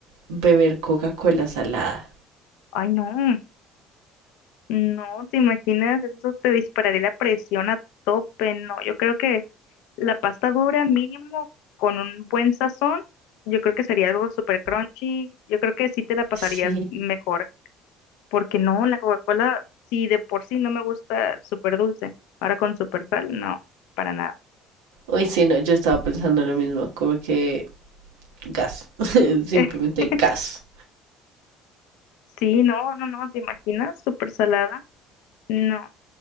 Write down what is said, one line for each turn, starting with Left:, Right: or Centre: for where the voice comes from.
Right: beber Coca-Cola salada?
Left: Ay, no. No, ¿te imaginas? Eso te dispararía la presión a tope. No, yo creo que la pasta dura mínimo con un buen sazón, yo creo que sería algo súper crunchy. Yo creo que sí te la pasarías
Right: Sí.
Left: mejor, porque no, la Coca-Cola, sí de por sí no me gusta súper dulce, ahora con súper sal, no, para nada.
Right: Uy, sí, no, yo estaba pensando lo mismo, como que gas, <laughs> simplemente
Left: <laughs>
Right: gas.
Left: Sí, no, no, no, ¿te imaginas? Súper salada. No,